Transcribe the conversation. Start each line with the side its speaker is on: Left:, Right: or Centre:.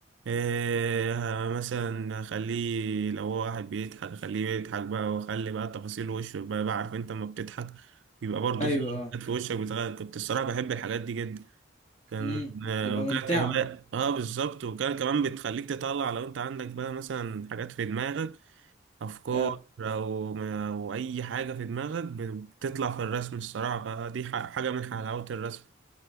Right: إيه مثلا اخليه لو هو واحد بيضحك اخليه يضحك بقى واخلي بقى تفاصيل وشه بقى, بقى عارف انت لما بتضحك بيبقى برضه
Left: أيوة
Right: في
Left: اه
Right: حاجات في وشك بتغير كنت الصراحة بحب الحاجات دي جدا كان
Left: امم بتبقى
Right: آه، وكانت
Left: ممتعة
Right: هواية اه بالظبط وكان كمان بتخليك تطلع لو انت عندك بقى مثلا حاجات في دماغك افكار
Left: اه
Right: او او اي حاجة في دماغك بتطلع في الرسم الصراحة فدي ح- حاجة من حلاوة الرسم